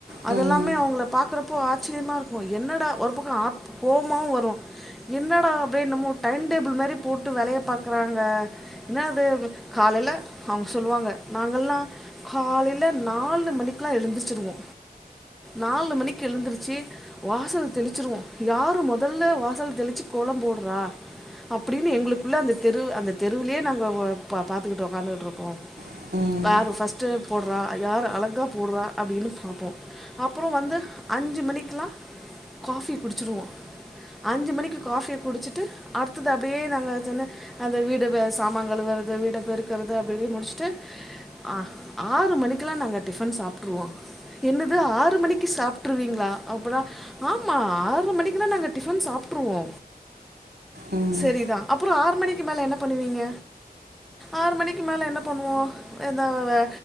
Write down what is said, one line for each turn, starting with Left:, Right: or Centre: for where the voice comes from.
Centre: அது
Right: ம் ம்
Centre: எல்லாமே அவங்கள பாக்கறப்போ ஆச்சரியமா இருக்கோ என்னடா ஒரு பக்க ஆத் கோமாவு வரோ என்னடா அப்டே என்னமோ டைம்டேபிள் மாரி போட்டு வேலைய பாக்குறாங்க என்னது காலைல அவங்க சொல்லுவாங்க நாங்கல்லா காலில நாலு மணிக்கலா எழுந்துச்சிருவோ நாலு மணிக்கு எழுந்துருச்சு வாசல் தெளிச்சிருவோ யாரு மொதல்ல வாசல் தெளிச்சு கோலோ போட்றா அப்டின்னு எங்ளுக்குள்ள அந்த தெருவு அந்த தெருவ்லே நாங்க வ பா பாத்துகிட்டு ஒக்காந்துகிட்ரிப்போ
Right: ம்
Centre: பாரு ஃபஸ் து போடுறா யாரு அழகா போடுறா அப்டின்னு பாப்போ அப்றோ வந்து அஞ்சு மணிக்குலா காஃபி குடிச்சுடுவோ அஞ்சு மணிக்கு காஃபியை குடிச்சிட்டு அடுத்தது அப்டியே நாங்க து என்ன அந்த வீடு வே சாமா கழுவ அத வீட பெருக்குறது அப்டிப்பீ முடிச்ட்டு அ ஆறு மணிக்குலா நாங்க டிஃபன் சாப்ட்ருவோ. என்னது ஆறு மணிக்கு சாப்ட்ருவீங்ளா? அப்றோ ஆமா ஆறு மணிக்குலா நாங்க டிஃபன் சாப்ட்ருவோ.
Right: ம்
Centre: சரி தா அப்பறோ ஆறு மணிக்கு மேலே என்ன பண்ணுவீங்க ஆறு மணிக்கு மேல என்ன பண்ணுவோ எதா வே